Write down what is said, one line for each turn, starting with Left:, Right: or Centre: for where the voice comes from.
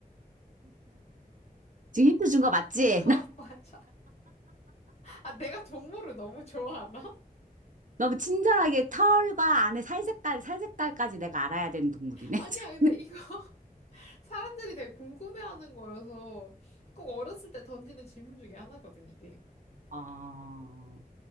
Right: 지금 힌트 준 거 맞지?
Left: <laughs>
Right: <laughs>
Left: 아, 맞아. 아, 내가 동물을 너무 좋아하나? <laughs>
Right: 너무 친절하게 털과 안에 살 색깔, 살 색깔까지 내가 알아야 되는 동물이네.
Left: 아니야,
Right: <laughs> 참.
Left: 근데 이거 <laughs> 사람들이 되게 궁금해하는 거여서 꼭 어렸을 때 던지는 질문 중에 하나거든, 이게.
Right: 어,